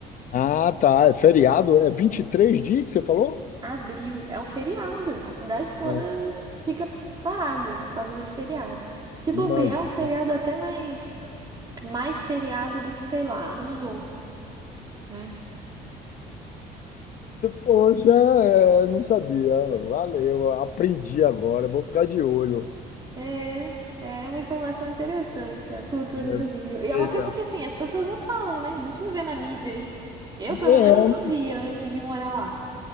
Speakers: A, on the left; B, on the right.
A: Ah, tá. É feriado? É 23 dias que você falou?
B: Abril é um feriado, a cidade toda
A: É,
B: fica parada por causa desse feriado. Se bobear,
A: Imagina.
B: é um feriado até mais mais feriado do que, sei lá, Ano Novo, né?
A: Poxa, é, não sabia. Valeu, aprendi agora. Vou ficar de olho.
B: É, é uma informação interessante, a cultura
A: Já
B: do Rio. E é
A: veja.
B: uma coisa que assim, as pessoas não falam, né? A gente não vê na mídia aí. Eu, pelo
A: É,
B: menos, não via antes de morar lá.